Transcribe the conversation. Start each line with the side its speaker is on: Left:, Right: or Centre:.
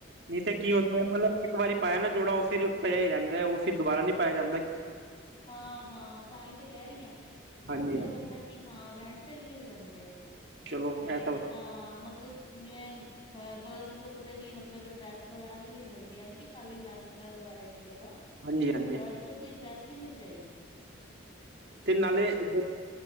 Right: ਨਈ ਤੇ ਕੀ ਹੁੰਦਾ ਮਤਲਬ ਇੱਕ ਵਾਰੀ ਪਾਇਆ ਨਾ ਜੋੜਾ, ਓ ਨਾ ਫਿਰ ਪਿਆ ਈ ਰੈਂਦਾ। ਓ ਫਿਰ ਦੁਬਾਰਾ ਨੀਂ ਪਾਇਆ ਜਾਂਦਾ।
Left: ਹਾਂ-ਹਾਂ ਤਾਂ ਈ ਤੇ ਕੈ ਰੀ ਆ,
Right: ਹਾਂਜੀ
Left: ਓਥੇ
Right: ਹਾਂਜੀ
Left: ਮਤਲਬ ਕੀ ਹਾਂ ਰੈਂਟ ਤੇ ਵੀ ਮਿਲ ਜਾਂਦੇ ਆ,
Right: ਚਲੋ
Left: ਤੇ
Right: ਇਹ ਤਾਂ
Left: ਹਾਂ ਮਤ ਮਤਲਬ ਜਿਵੇਂ ਅ ਗਰਲਸ ਲੁੱਕ ਦੇ ਵੀ ਮਤਲਬ ਡਰੈਸ ਵਗੈਰਾ ਵੀ ਮਿਲ ਜਾਂਦੀ ਐ, ਲੇਕਿ ਖਾਲੀ ਲੈਂਗਾ ਵਗੈਰਾ ਈ ਮਿਲੇਗਾ,
Right: ਹਾਂਜੀ ਹਾਂਜੀ
Left: ਗਰਲਸ ਲੁੱਕ ਦੀ ਡਰੈਸ ਵੀ ਮਿਲ ਜਾਏਗੀ।
Right: ਤੇ ਨਾਲੇ
Left: ਹਾਂ
Right: ਧ